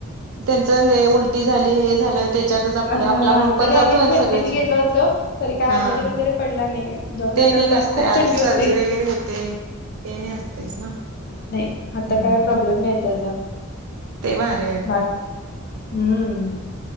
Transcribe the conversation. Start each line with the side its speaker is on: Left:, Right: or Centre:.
Right: त्यांच हे उलटी झाली. हे झालं त्याच्यात- -तच आपल
Left: हा
Right: आपला मूड पण
Left: तरी
Right: जातो.
Left: आम्ही
Right: आणि
Left: थंडीत
Right: सगळ हेच
Left: गेलो
Right: होतय.
Left: होतो तरी काय
Right: हां.
Left: आजारी वगैरे पडला नाही जाऊन
Right: ते
Left: आल्यावर
Right: आणि
Left: पण
Right: असतय
Left: खूप
Right: आज
Left: थंडी होती
Right: सर्दी वगैरे होते. ते आणि असतेयच ना?
Left: नाही
Right: हम्म
Left: आता काय प्रॉब्लेम नाही त्याचा.
Right: ते भारी ए आपल.
Left: बाकी हम्म.